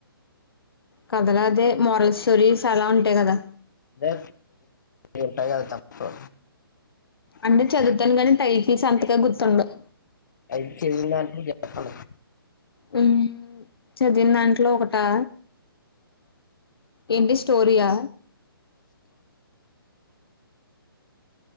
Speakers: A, on the left; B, on the left.
A: కథలా అదే మోరల్ స్టోరీస్ అలా ఉంటాయి కదా
B: అదే ఉంటాయి కదా తప్పు
A: అంటే
B: అన్నీ
A: చదువుతాను
B: చదువు
A: కానీ టై తిస్ అంతగా గుర్తుండవ్
B: ఐదు చదివిన దాంట్లో చెప్పండి
A: ఉమ్ చదివిన దాంట్లో ఒకటా ఏంటి స్టోరియా